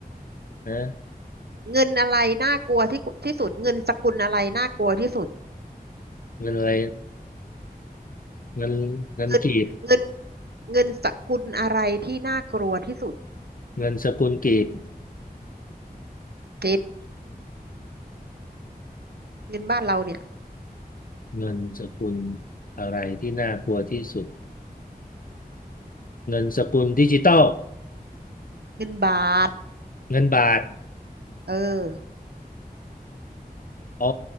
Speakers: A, on the left; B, on the right.
A: นะ
B: เงินอะไรน่ากลัวที่ที่สุดเงินสกุลอะไรน่ากลัวที่สุด
A: เงินอะไรเงินเงินกีบ
B: เงินเงินเงินสกุลอะไรที่น่ากลัวที่สุด
A: เงินสกุลกีบ
B: คิดเงินบ้านเราเนี่ย
A: เงินสกุลอะไรที่น่ากลัวที่สุดเงินสกุลดิจิตอล
B: เงินบาท
A: เงินบาท
B: เออ
A: อ๋อ